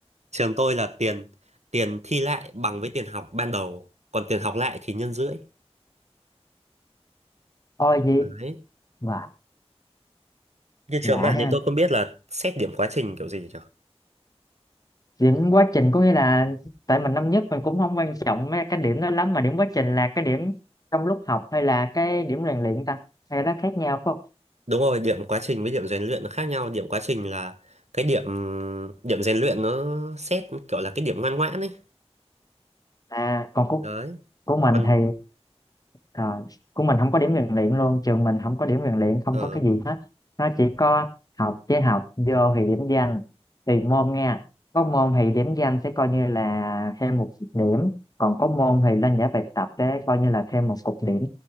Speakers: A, on the right (about 85°); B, on the left (about 35°).
A: Trường tôi là tiền tiền thi lại bằng với tiền học ban đầu, còn tiền học lại thì nhân rưỡi.
B: ôi gì?
A: Đấy.
B: mà
A: Như
B: lạ
A: trường bạn
B: ha
A: thì tôi không biết là xét điểm quá trình kiểu gì nhỉ?
B: điểm quá trình có nghĩa là tại mình năm nhất mình cũng không quan trọng mấy cái điểm đó lắm mà điểm quá trình là cái điểm trong lúc học hay là cái điểm rèn luyện ta hay nó khác nhau phải không
A: Đúng rồi, điểm quá trình với điểm rèn luyện nó khác nhau. Điểm quá trình là cái điểm điểm rèn luyện nó xét kiểu là cái điểm ngoan ngoãn ấy.
B: à còn của
A: Đấy.
B: của mình
A: Còn
B: thì rồi của mình không có điểm rèn luyện luôn trường mình không có điểm rèn luyện không
A: ờ,
B: có cái gì hết nó chỉ có học với học vô thì điểm danh tùy môn nha có môn thì điểm danh sẽ coi như là thêm một điểm còn có môn thì lên giải bài tập sẽ coi như là thêm một cục điểm